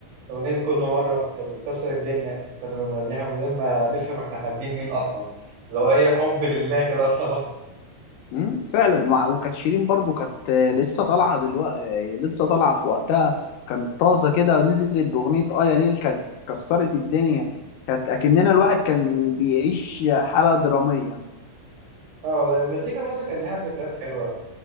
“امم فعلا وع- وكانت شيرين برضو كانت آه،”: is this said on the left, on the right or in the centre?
Left